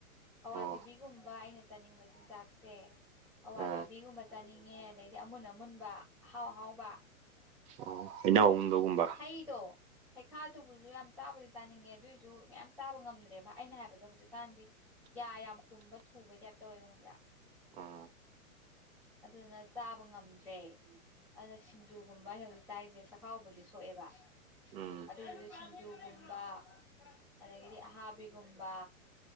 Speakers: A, in the centre; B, on the right.
A: ꯑꯋꯥꯊꯕꯤꯒꯨꯝꯕ
B: ꯑꯣ
A: ꯑꯩꯅ ꯆꯥꯅꯤꯡꯕ ꯆꯤꯟꯖꯥꯛꯁꯦ ꯑꯋꯥꯊꯕꯤꯒꯨꯝꯕ
B: ꯑꯥ
A: ꯆꯥꯅꯤꯡꯉꯦ ꯑꯗꯩꯗꯤ ꯑꯃꯨꯟ ꯑꯃꯨꯟꯕ ꯑꯍꯥꯎ ꯑꯍꯥꯎꯕ
B: ꯑꯣ ꯍꯩꯅꯎꯨꯝꯗꯒꯨꯝꯕ
A: ꯍꯩꯗꯣ ꯍꯩꯈꯥꯗꯨꯕꯨꯁꯨ ꯌꯥꯝ ꯆꯥꯕꯗꯤ ꯆꯥꯅꯤꯡꯉꯦ ꯑꯗꯨꯑꯣꯏꯁꯨ ꯃꯌꯥꯝ ꯆꯥꯕ ꯉꯝꯗ꯭ꯔꯦꯕ ꯑꯩꯅ ꯍꯥꯏꯕꯗꯣ ꯍꯧꯖꯤꯛꯀꯥꯟꯗꯤ ꯌꯥ ꯌꯥꯝ ꯀꯨꯝꯕ ꯊꯨꯕꯒꯤ ꯇꯥꯏꯞꯇ ꯇꯧꯏꯋꯦꯕ ꯈꯪꯕ꯭ꯔꯥ
B: ꯎꯝ
A: ꯑꯗꯨꯅ ꯆꯥꯕ ꯉꯝꯗ꯭ꯔꯦ ꯑꯗꯨꯅ ꯁꯤꯡꯖꯨꯒꯨꯝꯕ ꯑꯩꯅ ꯍꯧꯖꯤꯛ ꯆꯥꯏꯁꯦ ꯆꯈꯥꯎꯕꯨꯗꯤ ꯁꯣꯛꯑꯦꯕ
B: ꯎꯝ ꯎꯝ
A: ꯑꯗꯨ ꯑꯣꯏꯁꯨ ꯁꯤꯡꯖꯨ ꯕ ꯑꯗꯒꯤꯗꯤ ꯑꯍꯥꯕꯤꯒꯨꯝꯕ